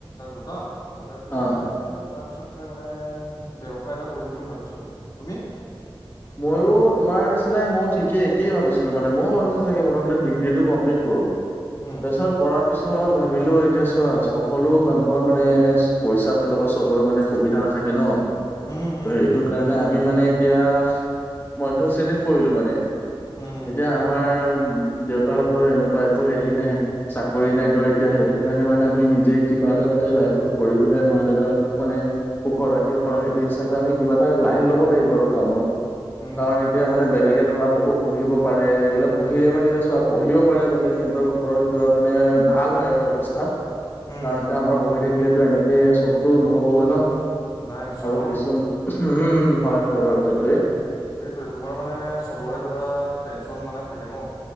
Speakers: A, on the left (about 40°); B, on the left (about 20°).
A: গোটাম গোটাই পেলাই
B: অহ।
A: অলপ মানে তাৰ পিছতকে মানে ব্যৱসায় এটা কৰিম বুলি ভাবিছো আৰু তুমি
B: ময়ো তোমাৰ নিচিনাই ময়ো ঠিকেই একেই ভাবিছিলোঁ মানে ময়ো ভাবিছো চাগে প্ৰথমতে ডিগ্ৰীটো কমপ্লিট কৰো
A: উম
B: তাছত কৰাৰ পিছত ৰত ভাবিলো এতিয়া চোৱা সকলো মানুহৰ মানে পইচাৰ ফালৰ পৰা চবৰে মানে সুবিধা নাথাকে ন ত
A: উম হম
B: সেইটো কাৰণে আমি মানে এতিয়া মধ্য শ্ৰেণীত পৰিলো মানে
A: উম
B: এতিয়া আমাৰ দেউতাহঁতৰ এনেকোৱা একো হেৰি নাই চাকৰি নাই তো এতিয়া সেইটো কাৰণে মানে আমি নিজে কিবা এটা যাতে লাইফত কৰি পেলাই মা দেউতাহতক মানে সুখত ৰাখিব পাৰো সেইটো হিচাপে আমি কিবা এটা লাইন ল'ব লাগিব আৰু কামৰ
A: উম
B: কাৰণ এতিয়া মানে বেলেগে ধৰা বহুত পঢ়িব পাৰে এইবিলাক পঢ়িলে মানে এতিয়া চোৱা পঢ়িব পাৰে যদি সিহঁতৰ ঘৰৰ কিবা মানে ভাল হয় আৰু অৱস্থা
A: উম
B: কাৰণ এতিয়া আমাৰ পঢ়ি থাকিলেতো এনেকে চবতো নহ'বগৈ ন
A: নাই চবৰ
B: আৰু কিছু উম হয় হয় বাৰু সেইটোৱে
A: সেইটোৱে তোমাৰ মানে চবৰে ধৰা টেনচন মানে থাকে ন